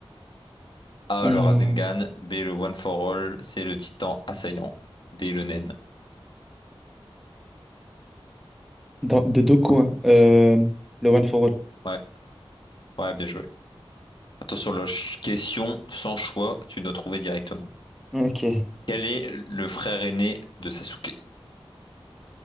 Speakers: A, on the left; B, in the centre.
A: A,
B: Euh,
A: le Rasengan, B, le One for All, C, le Titan assaillant, D, le Nen.
B: dans- de Doku, hein. Euh, le One for All.
A: Ouais, ouais, bien joué. Attention, la ch- question sans choix, tu dois trouver directement.
B: Ok.
A: Quel est le frère aîné de Sasuke?